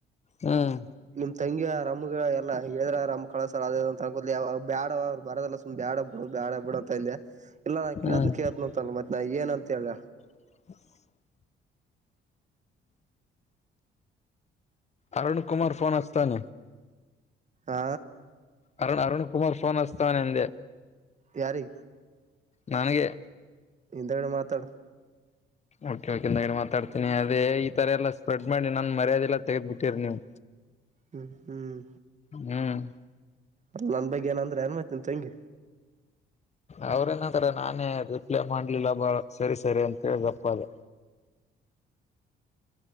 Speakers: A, on the left (about 35°); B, on the right (about 35°).
A: ಹ್ಮ್
B: ನಿಮ ತಂಗಿಯ ರಮ್ಮಗ ಯ ಅಲ್ಲ ಹೇಳಿದ್ರಮ್ಮ ಕಳಸರ್ ಅ ಅಂತ ಅನ್ಕೋ ಬಡ ಅವ್ರು ಬರದಲ್ಲ ಸು್ ಬ್ಯಾಡ ಬಿಡು ಬ್ಯಾಡ ಬಿು ಅಂತಂದೆ ಇಲ್ಲ ನಾ
A: ಹ್ಮ್
B: ಕೇಳಿದ್ ಕೇಳಳ್ನ ಅಂತಲ್ಲ ಮತ್ತೆ ನಾ ಏನ ಅಂತ ಹೇಳ
A: ಹ <inaudible> ಅರುಣ ಕುಮಾರ್ ಫನ್ ಅತಾನ
B: ಆ
A: ಅರುಣ್ ಅರುಣ್ ಕುಮಾರ್ ಫೋನ್ ಅಸ್ವನೆಂದೆ
B: ಯಾರಿ
A: ನನಗೆ
B: ಇಂದ್ರಡು ಮಾತಾಡು
A: ಓಕೆ ಓಕೆ ನಾ ಇನ್ನ ಮಾತಾಡ್ತೀನಿ ಅದೇ ಈ ತರ ಎಲ್ಲ ಸ್ಪ್ರೆಡ್ ಮಾಡಿ ನನ್ ಮರ್ಯಾದೆಲ್ಲ ತೆಗೆಗ್ಬಿಟ್ಟಿರಿ ನೀವು
B: ಹ್ಮ್
A: ಹ್ಮ್
B: ಅ ನನ್ ಬಗ್ಗೆ ಏನ ಅಂದ್ರೆ ಏನ್ ಮತನ್ ತಂಗಿ
A: ಅವ್ರೇನಂತಾರೆ ನಾನೇ ರಿಪ್ಲೈ ಮಾಡ್ಲಿಲ್ಲ ಬಾಳ ಸರಿ ಸರಿ ಅಂತ ಹೆಪ್ ಅದೆ